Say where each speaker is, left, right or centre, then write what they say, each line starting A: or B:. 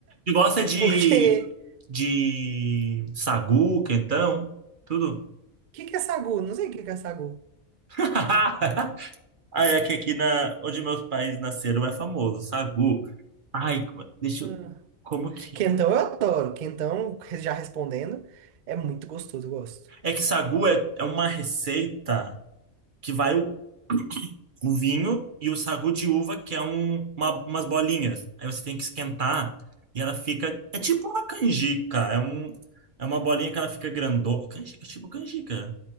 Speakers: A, on the right; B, on the right.
A: Você gosta de,
B: Porque.
A: de sagu, quentão, tudo?
B: que que é sagu? Não sei o que que é sagu.
A: <laughs> Ah, é que aqui na, onde meus pais nasceram é famoso, sagu. Ai, como- deixa
B: Ah.
A: eu, como que...
B: Quentão eu adoro. Quentão, já respondendo, é muito gostoso, eu gosto.
A: É que sagu é, é uma receita que vai o, o vinho e o sagu de uva, que é um, uma- umas bolinhas. Aí você tem que esquentar e ela fica. É tipo uma canjica. É, um, é uma bolinha que ela fica grandona. Canjica, tipo canjica.